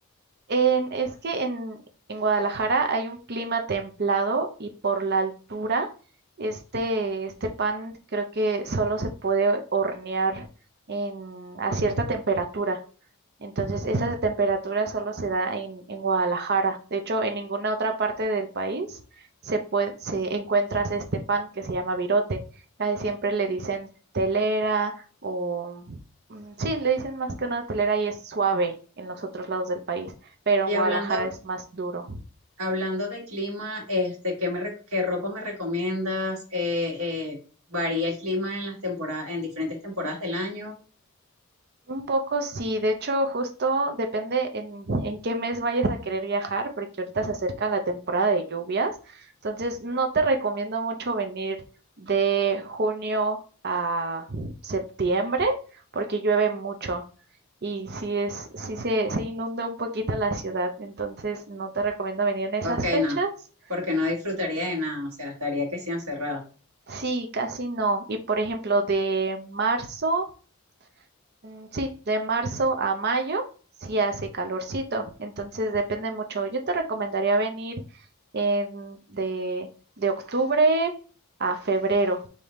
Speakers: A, on the right; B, on the right.
A: En- es que en, en Guadalajara hay un clima templado y por la altura, este, este pan creo que solo se puede hornear en, a cierta temperatura. Entonces, esa temperatura solo se da en, en Guadalajara. De hecho, en ninguna otra parte del país se puede, se encuentras este pan que se llama virote. Casi siempre le dicen telera o mm, sí, le dicen más que una telera y es suave en los otros lados del país, pero
B: Y
A: en Guadalajara
B: hablando,
A: es más duro.
B: hablando de clima, este, ¿qué me, re- qué ropa me recomiendas? Eh, eh, varía el clima en las temporadas, en diferentes temporadas del año
A: Un poco sí, de hecho justo depende en, en qué mes vayas a querer viajar, porque ahorita se acerca la temporada de lluvias, entonces no te recomiendo mucho venir de junio a septiembre, porque llueve mucho y sí es, sí se, se inunda un poquito la ciudad, entonces no te recomiendo venir en esas
B: Ok,
A: fechas.
B: no, porque no disfrutaría de nada, o sea, estaría que sí encerrada.
A: Sí, casi no. Y por ejemplo, de marzo. Mm, Sí, de marzo a mayo sí hace calorcito, entonces depende mucho. Yo te recomendaría venir en- de, de octubre a febrero,